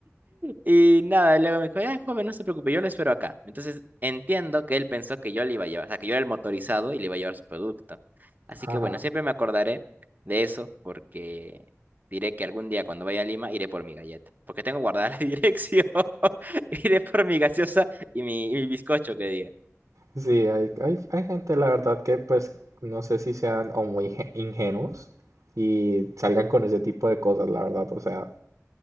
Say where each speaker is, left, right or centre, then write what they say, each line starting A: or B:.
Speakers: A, on the right; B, on the right.
A: Y nada, luego me dijo, ya, joven, no se preocupe, yo lo espero acá. Entonces entiendo que él pensó que yo le iba a llevar, o sea, que yo era el motorizado y le iba a llevar su producto. Así
B: ajá.
A: que bueno, siempre me acordaré de eso porque diré que algún día cuando vaya a Lima iré por mi galleta, porque tengo guardada la <laughs> dirección. <laughs> Iré por mi gaseosa y mi, y mi bizcocho que diga.
B: Sí, hay, hay, hay gente, la verdad, que pues no sé si sean o muy inge- ingenuos y salgan con ese tipo de cosas, la verdad, o sea,